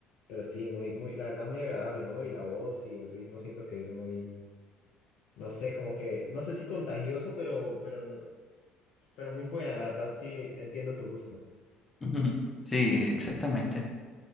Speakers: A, on the left; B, on the left.
A: pero sí, muy, muy, la verdad, muy agradable, ¿no? Y la voz y el ritmo siento que es muy, no sé, como que, no sé si contagioso, pero, pero, no- pero muy buena, la verdad, sí, entiendo tu gusto.
B: Ujú. Sí, exactamente.